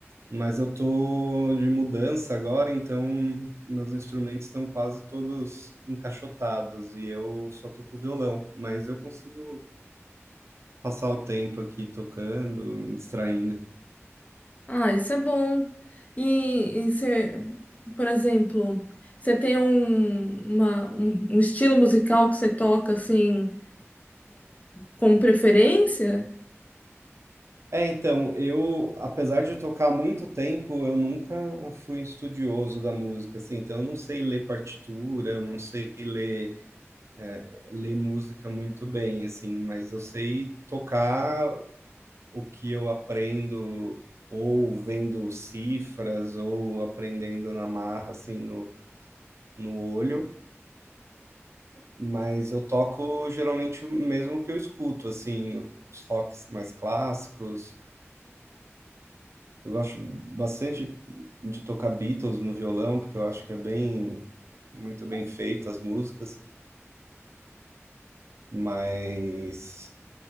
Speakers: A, on the right; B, on the left.
A: Mas eu tô de mudança agora, então meus instrumentos estão quase todos encaixotados e eu só toco violão. Mas eu consigo passar o tempo aqui tocando, me distraindo.
B: Ah, isso é bom. E, e você, por exemplo, você tem um, uma- um, um estilo musical que você toca assim, com preferência?
A: É, então, eu, apesar de eu tocar há muito tempo, eu nunca fui um estudioso da música, assim, então eu não sei ler partitura, eu não sei ler, é, ler música muito bem, assim, mas eu sei tocar o que eu aprendo ou vendo cifras ou aprendendo na marra, assim, no, no olho, mas eu toco geralmente o mesmo que eu escuto, assim, os rocks mais clássicos, Eu gosto bastante de tocar Beatles no violão, porque eu acho que é bem, muito bem feita as músicas, mas